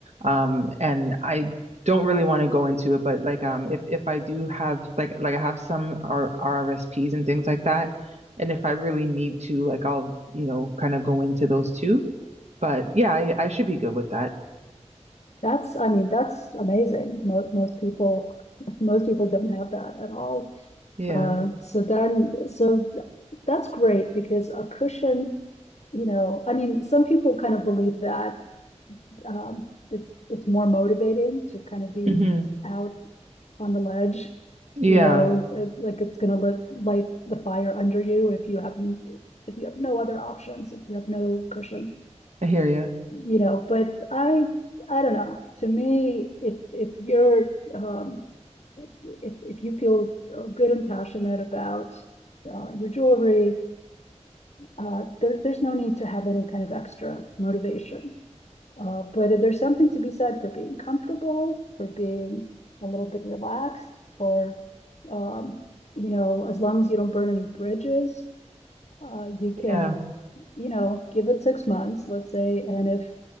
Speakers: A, on the right; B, on the left.
A: Um, and I don't really want to go into it, but like um if, if I do have like like I have some R RRSPs and things like that, and if I really need to, like I'll, you know, kind of go into those too. But yeah, I, I should be good with that.
B: that's, I mean, that's amazing. Most most people <laughs> most people don't have that at all.
A: Yeah.
B: Uh, so then, so th- that's great because a cushion, you know, I mean, some people kind of believe that um, it, it's more motivating to kind of be
A: hmm
B: out on the ledge,
A: Yeah,
B: you know, it, like it's going to lit, light the fire under you if you have if you have no other options, if you have no cushion,
A: I hear you.
B: you know. But I, I don't know. To me, if if you're um, if, if you feel uh, good and passionate about uh, your jewelry, uh, there, there's no need to have any kind of extra motivation. Uh, but there's something to be said for being comfortable, for being a little bit relaxed, for, um, you know, as long as you don't burn any bridges, uh, you can,
A: Yeah.
B: you know, give it six months, let's say, and if